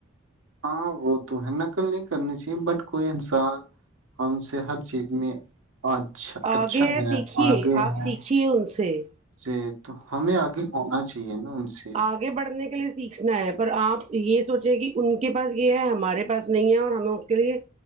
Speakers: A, on the right; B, on the right.
A: ہاں وہ تو ہے نقل نہیں کرنی چاہیے بٹ کوئی انسان ہم سے ہر چیز میں اچھا اچھا
B: آگے ہے سیکھیے
A: آگے ہے ہم
B: آپ سیکھیے ان سے سے
A: <inaudible> تو ہمیں آگے آنا چاہیے نا ان سے
B: آگے
A: بھی
B: بڑھنے کے لیے سیکھنا ہے پر آپ یہ سوچیں کہ ان کے پاس یہ ہے ہمارے پاس نہیں ہے اور ہمیں اس کے لیے